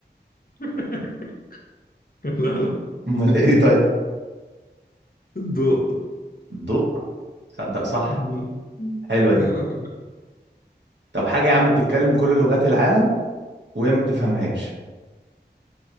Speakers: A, on the left (about 55°); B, on the right (about 75°).
A: <laughs> لا لا
B: أمال ايه طيب؟
A: الضوء
B: الضوء تصدق صح
A: مهم.
B: حلوة دي
A: لا لا فكر
B: طب حاجة يا عم بتتكلم كل لغات العالم وهي ما بتفهمهاش